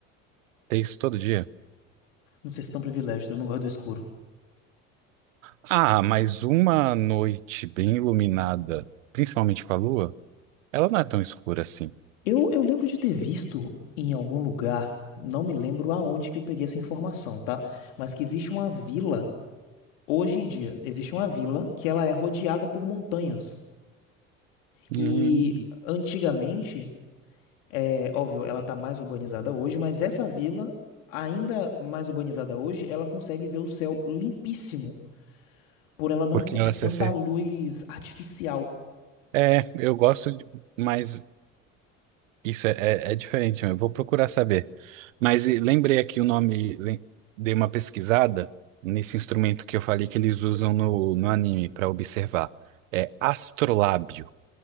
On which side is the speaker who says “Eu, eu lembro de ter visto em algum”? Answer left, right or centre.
Left